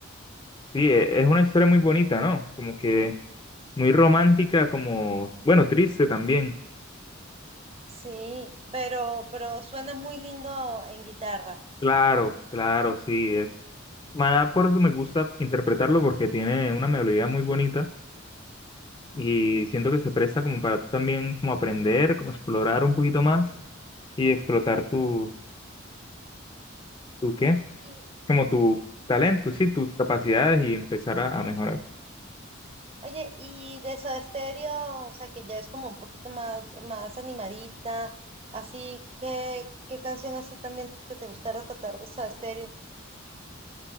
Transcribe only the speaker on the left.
Sí, e- es una historia muy bonita, ¿no? Como que muy romántica, como, bueno, triste también.
Claro, claro, sí, es. Maná por eso me gusta interpretarlo porque tiene una melodía muy bonita y siento que se presta como para tú también como aprender, como explorar un poquito más y explotar tu, ¿tu qué?
como tu talento, sí, tus capacidades y empezar a, a mejorar.